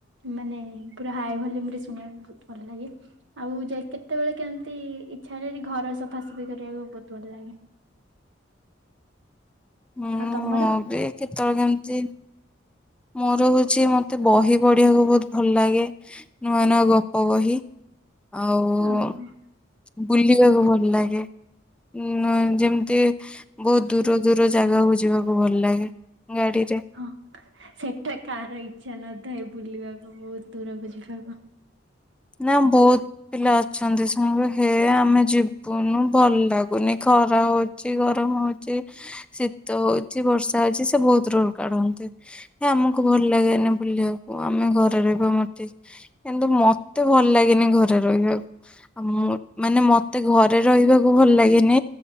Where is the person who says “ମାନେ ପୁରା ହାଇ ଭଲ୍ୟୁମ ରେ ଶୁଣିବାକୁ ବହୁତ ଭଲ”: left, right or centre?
Right